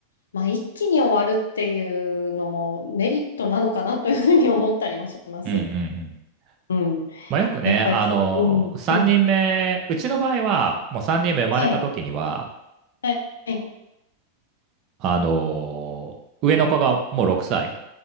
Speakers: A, on the left; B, on the right.
A: まあ、一気に終わるっていうのもメリットなのかなというふうに思ったりもします。
B: うんうんうん。
A: うん。
B: まあ、よくね、
A: やっぱり、
B: あのー、
A: うん、
B: 3人目、
A: うん。
B: うちの場合は、もう3人目生まれた時には、
A: はい、はい、はい、
B: あのー上の子がもう6歳、